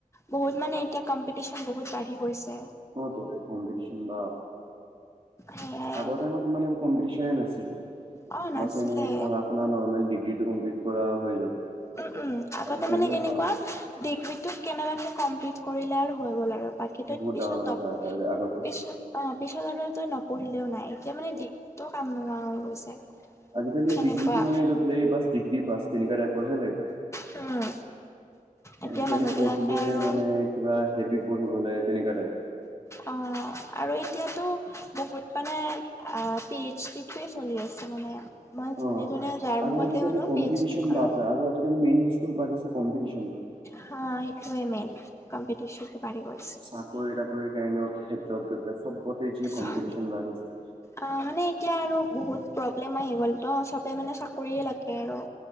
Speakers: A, on the left (about 20°); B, on the right (about 40°).
A: বহুত মানে এতিয়া কম্পিটিচন বহুত বাঢ়ি গৈছে।
B: অ তো কম্পিটিচন বা
A: সেয়াই
B: আগৰ টাইমত ইমান একো কম্পিটিচনে নাছিলে
A: অ নাছিলে
B: বচ এনে পঢ়া আপোনাৰ নৰ্মেল ডিগ্ৰিটো কমপ্লিট কৰা হৈ যাব।
A: উম উম আগতে
B: আজিকালিহে
A: মানে কেনেকুৱা
B: বাপ
A: ডিগ্ৰীটো কেনেবাকে কমপ্লিট কৰিলে আৰু হৈ গ'ল আৰু। বাকী তই
B: বহুত
A: পিছত
B: ডাঙৰ কথা
A: ন
B: আগতে।
A: পিছত অ পিছত আৰু তই নপঢ়িলেও নাই এতিয়া মানে ডিগ্ৰীটোও কাম নোহোৱা হৈ গৈছে।
B: আজি-কালি
A: সেনেকুৱা
B: ডিগ্ৰীটো মানে এটা <unintelligible> পাছ ডিগ্ৰী পাছ তেনেকুৱা টাইপৰহে লাগে।
A: উম এতিয়া
B: আজি-কালি
A: মানুহবিলাকে
B: পঢ়িলে
A: আৰু
B: মানে কিবা হেভি পঢ়িব লাগে তেনেকুৱা টাইপ।
A: অ আৰু এতিয়াতো বহুত মানে আ পি এইচি তে চলি আছে মানে মই যোনে
B: অ'
A: যোনে যাৰ
B: আৰু
A: মুখতে
B: আজি-কালি
A: শুনো
B: কম্পিটিচন
A: পি এইচ ডি কৰা
B: বাতে আৰু আজি-কালি মেইন বস্তু বাঢ়িছে কম্পিটিচন টো।
A: হা সেইটোৱে মেইন কম্পিটিচন টো বাঢ়িবই।
B: চাকৰি তাকৰিৰ কাৰণেও ক্ষেত্ৰত গৈ পেলাই চবতে যি
A: চব
B: কম্পিটিচন বাঢ়িছে।
A: অ মানে এতিয়া আৰু বহুত প্ৰব্লেম আহি গ'ল তো চবে মানে চাকৰিয়ে লাগে আৰু।